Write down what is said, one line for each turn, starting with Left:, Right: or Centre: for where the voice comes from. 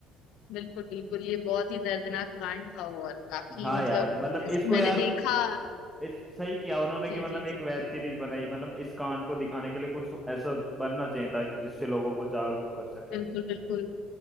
Left: बिल्कुल बिल्कुल ये बहुत ही दर्दनाक कांड था और काफी
Centre: हाँ
Left: मतलब
Centre: यार मतलब
Left: वैसे
Centre: इसको
Left: तो मैंने
Centre: यार
Left: देखा
Centre: इस सही किया उन्होंने
Left: जी
Centre: कि मतलब
Left: जी
Centre: एक
Left: जी
Centre: वेब सीरीज बनाई मतलब इस कांड को दिखाने के लिए कुछ ऐसा बनना चाहिए था जिससे लोगों को जागरूक कर सके
Left: बिल्कुल बिल्कुल